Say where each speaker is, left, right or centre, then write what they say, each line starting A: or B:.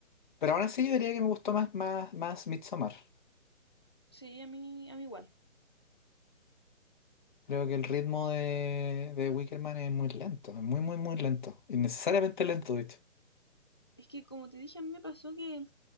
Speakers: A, on the left (about 40°); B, on the left (about 20°).
A: Pero aún así yo
B: Es
A: diría
B: que
A: que me gustó más, más, más Midsommar.
B: sí, a mí, a mí igual.
A: Creo que el ritmo de, de Wicker Man es muy lento, es muy, muy, muy lento. Innecesariamente lento, de hecho.
B: Es que como te dije, a mí me pasó que